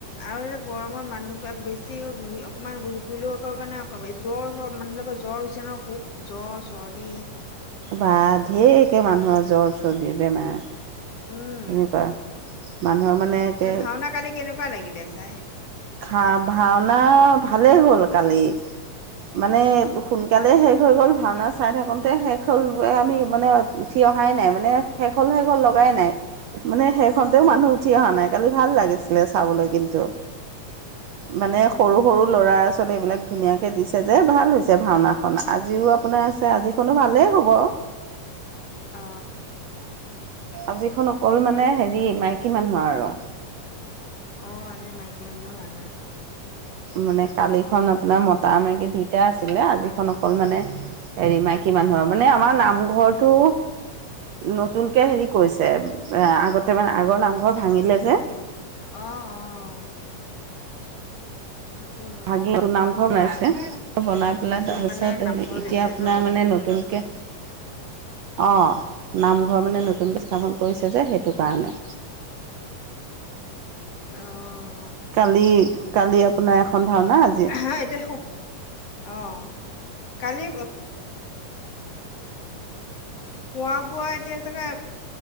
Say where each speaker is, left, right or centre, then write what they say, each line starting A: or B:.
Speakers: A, on the left (about 50°); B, on the right (about 70°).
A: আৰু এয়া গৰমত মানুহবিলাক বেছি ঘূৰি অকনমান ঘূৰি ফুৰিও এককব নে জ্বৰৰ মানুহবাকৰ জ্বৰ। বিচনৰৰ খুপ জ্বৰ চৰ্দি।
B: বা ঢেৰকৈ মানুহৰ জ্বৰ চৰ্দি বেমাৰ তেনেকুৱা।
A: উম
B: মানুহৰ মানে। একে
A: এয়া ভাওনা কালি কেনেকুৱা লাগিলে চাই।
B: খা ভাওনা ভালেই হ'ল কালি মানে
A: অ
B: সোনকালে হে। শেষ হৈ গ'ল ভাওনা চাই থাকোঁতে শেষ হ'ল আমি মানে উঠি অহাই নাই মানে। শেষ হল শেষল
A: উম
B: লগাই নাই। মানে সেইখনতেও মানুহ উঠি অহা নাই কালি ভাল লাগিছিলে চাবলৈ কিন্তু। মানে সৰু
A: অ
B: সৰু ল'ৰা আচল এইবিলাক ধুনীয়াকৈ দিছে যে ভাল হৈছে ভাওনাখন আজিও আপোনাৰ আছে আজিখনো ভালেই হ'ব।
A: অ,
B: আজিখন অকল মানে হেৰি মাইকী মানুহ আৰু।
A: অ, আজ মাইকী মান ম ভ ন।
B: মানে কালিখন আপোনাৰ মতা মাৰকী দুইটা আছিলে আজিখন অকল মানে।
A: উম
B: হেৰি মাইকী মানুহৰ মানে আমাৰ নামঘৰটো। নতুনকৈ হেৰি কৰিছে আগতে মানে আগৰ নামঘৰ ভাঙিলে যে।
A: অ, অ, সেইটো হয়
B: ভাগে
A: বাৰু
B: তোৰ নাম কনাইছে। বনাই পেলাই
A: নতুন
B: তাৰপিছত
A: মানে নামঘৰ
B: এতিয়া
A: লৈছে
B: আপোনাৰ
A: ন
B: মানে নতুনকৈ। অ, নামঘৰ মানে নতুনকৈ স্থাপন কৰিছে যে সেইটো কাৰণে।
A: অ,
B: কালি কালি আপোনাৰ এখন ধওনা আজি।
A: হা এতিয়া ক অ, কালি খোৱা বোৱা এতিয়া চাগে